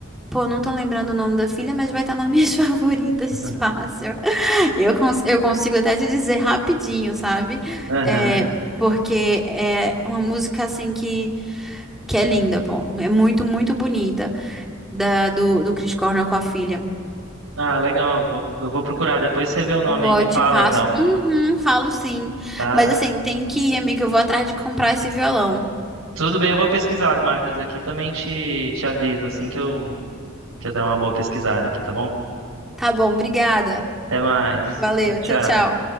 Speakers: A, in the centre; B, on the right.
A: Pô, não tô lembrando o nome da filha, mas vai estar nas minhas <laughs> favoritas,
B: <laughs>
A: fácil. Eu, cons- eu consigo até te dizer rapidinho, sabe?
B: Aham.
A: É, porque é uma música assim que, que é linda, pô. É muito, muito bonita da, do, do Chris Cornell com a filha.
B: Ah, legal. Eu vou, eu vou procurar. Depois você vê o nome
A: Vou
B: aí e me
A: e
B: fala,
A: te passo.
B: então,
A: Uhum, falo sim.
B: tá?
A: Mas assim, tenho que ir, amiga. Eu vou atrás de comprar esse violão.
B: Tudo bem, eu vou pesquisar as marcas aqui. Também te, te aviso assim que eu, que eu der uma boa pesquisada aqui, tá bom?
A: Tá bom, obrigada.
B: Até mais.
A: Valeu,
B: Tchau, tchau.
A: tchau, tchau.